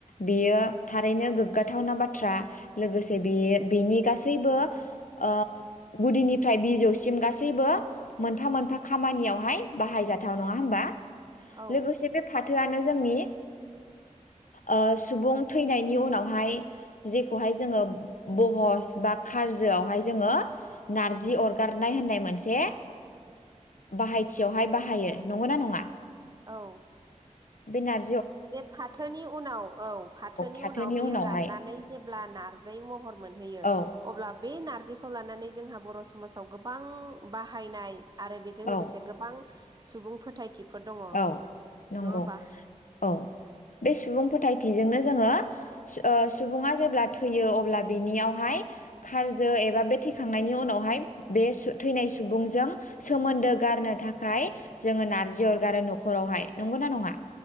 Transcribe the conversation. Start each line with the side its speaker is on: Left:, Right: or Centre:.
Left: बेयो थारैनो गोग्गाथावना बाथ्रा लोगोसे बे बेनि गासैबो ओ गुदिनिफ्राय बिजौसिम गासैबो मोनफा मोनफा खामानियावहाय बाहायजाथाव नङा होनबा?
Right: औ
Left: लोगोसे बे फाथ थोआनो जोंनि ओ सुबुं थैनायनि उनावहाय जेखौहाय जोङो बहस बा खारजोआवहाय जोङो नारजि अरगारनाय होननाय मोनसे बाहायथियावहाय बाहायो नंगौ ना नङा?
Right: औ
Left: बे नार
Right: जे फाथोनि उनाव औ फाथ थोनि
Left: फाथोनि
Right: उनाव बेयो
Left: उनावहाय
Right: राननानै जेब्ला नारजै महर मोनहैयो
Left: औ
Right: अब्ला बे नारजिखौ लानानै जोंहा बर समाजाव गोबां बाहायनाय आरो बेजों लोगोसे
Left: औ
Right: गोबां सुबुं फोथायथि फोर दङ
Left: औ नंगौ
Right: नङा होमबा?
Left: औ बे सु सुबुं फोथायथिजोंनो जोङो सु ओह सुबुङा जेब्ला थैयो अब्ला बिनियावहाय खारजो एबा बे थैखांनायनि उनावहाय बे सु थैनाय सुबुंजों सोमोन्दो गारनो थाखाय जोङो नारजि अर गारो नखरावहाय नंगौ ना नङा?